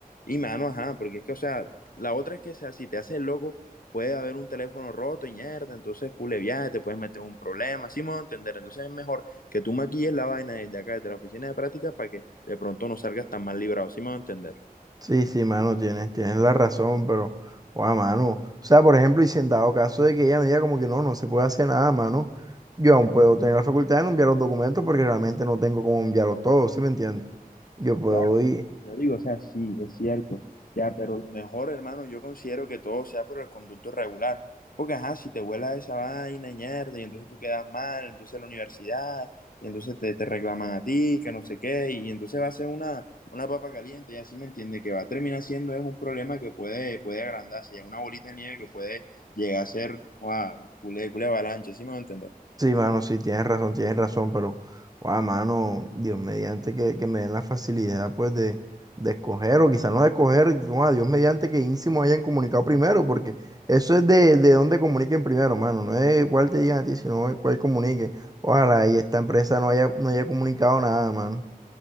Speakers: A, on the left; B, on the right.
A: y mano, ajá, porque es que, o sea, la otra es que, o sea, si te haces el loco, puede haber un teléfono roto y mierda, entonces, cule viaje, te puedes meter en un problema, así me voy a entender, entonces es mejor que tú maquilles la vaina desde acá, desde la oficina de prácticas, para que de pronto no salgas tan mal librado, así me voy a entender.
B: Sí, sí, mano, tienes, tienes la razón, pero, guau, mano. O sea, por ejemplo, y si en dado caso de que ella me diga como que no, no se puede hacer nada, mano, yo aún puedo tener la facultad de no enviar los documentos porque realmente no tengo cómo enviarlos todos, ¿sí me entiendes? Yo puedo
A: Claro, claro,
B: ir.
A: yo digo, o sea, sí, es cierto. Ya, pero lo mejor, hermano, yo considero que todo sea por el conducto regular. Porque, ajá, si te vuela esa vaina, ñerda, y entonces tú quedas mal, entonces la universidad, y entonces te, te reclaman a ti, que no sé qué, y entonces va a ser una, una papa caliente, y así me entiende, que va a terminar siendo es un problema que puede, puede agrandarse, ya una bolita de nieve que puede llegar a ser, wow, culé, culé avalancha, ¿sí me va a entender?
B: Sí, mano, sí, tienes razón, tienes razón, pero, guau, mano, Dios mediante que, que me den la facilidad, pues, de, de escoger, o quizás no de escoger, guau, Dios mediante que Ínsimo hayan comunicado primero, porque eso es de, de dónde comuniquen primero, mano, no es cuál te digan a ti, sino de cuál comunique. Ojalá y esta empresa no haya, no haya comunicado nada, mano.